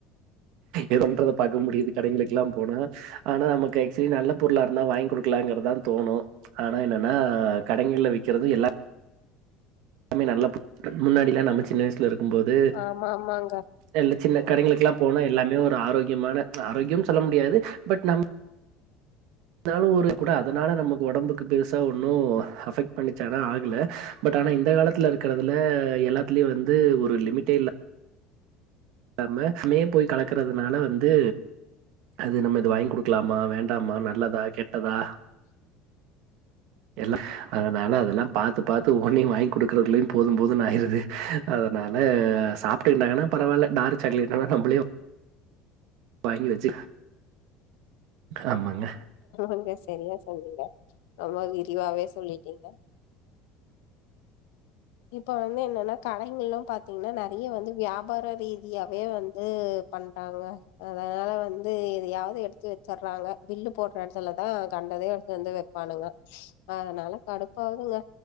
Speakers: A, on the right; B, on the left.
A: ஏதோன்றத பாக்க முடியுது கடைங்களுக்குலா போனா ஆனா நமக்கு ஆக்சுவலி நல்ல பொருளா இருந்தா வாங்கி குடுக்கலாங்கறதா தோணு ஆனா என்னன்னா கடைங்கள்ல விக்கிறது எல்லா எல்லாமே நல்ல முன்னாடிலா நம்ம சின்ன வயசுல இருக் க்கும் போது
B: ஆமா ஆமாங்க
A: எல்லா சின்ன கடைங்களுக்குல்லா போனா எல்லாமே ஒரு ஆரோக்கியமான ஆரோக்கியம் சொல்ல முடியாது பட் நம் இருநதாலும் ஒரு கூட அதனால நமக்கு உடம்புக்கு பெருசா ஒன்னும் அஃபெக்ட் பண்ணிச்சனா ஆகல பட் ஆனா இந்த காலத்துல இருக்கறதுல எல்லாத்துலயு வந்து ஒரு லிமிட்டே இல்ல இல்லாம ஸ்மே போய் கலக்கறதுனால வந்து அது நம்மது வாங்கி குடுக்லாம் மா வேண்டாமா நல்லதா கெட்ட கெட்டதா எல்லா அதனால அதெல்லா பாத்து பாத்து ஒனையும் வாங்கி குடுக்கறதுலையும் போதும் போதும் ஆயிருது அதனால சாப்ட்டுட்டாங்கன்னா பரவாயில்ல டார்க் சாக்லேட்னா நம்மளேயும் வாங்கி வச்சு ஆமாங்க.
B: உங்க சரியா சொன்னீங்க ரொம்பவிரிவாவே சொல்லிட்டீங்க இப்ப வந்து என்னன்னா கடைகள்ல்லாம் பாத்தீங்கன்னா நிறைய வந்து வியாபார ரீதியாவே வந்து பண்றாங்க அதனால வந்து எதையாவது எடுத்து வச்சர்றாங்க பில்லு போடுற இடத்துலதான் கண்டதே எடுத்து வந்து வைப்பானுங்க அதனால கடுப்பாவதுங்க